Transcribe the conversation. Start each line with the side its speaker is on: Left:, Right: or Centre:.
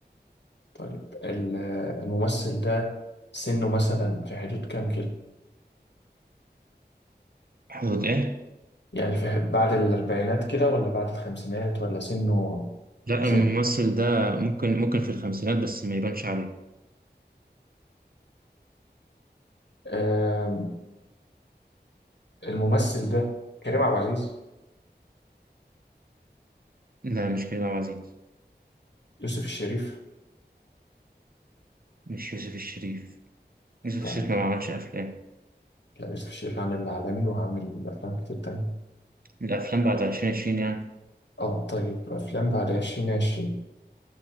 Left: طيب ال- آه، الممثل ده سنه مثلا في حدود كام كده؟
Right: حدود إيه؟
Left: يعني في حد- بعد الأربعينات كده ولا بعد الخمسينات ولا سنه
Right: لا
Left: سنة
Right: الممثل ده ممكن ممكن في الخمسينات بس ما يبانش عليه
Left: طيب الممثل ده كريم عبد العزيز
Right: لا مش كريم عبد العزيز
Left: يوسف الشريف
Right: مش يوسف الشريف يوسف
Left: طيب
Right: الشريف ما عملش أفلام
Left: لا يوسف الشريف عامل العالمي وعامل أفلام كتير تانية
Right: الأفلام بعد 2020 يعني
Left: اه طيب أفلام بعد عشرين عشرين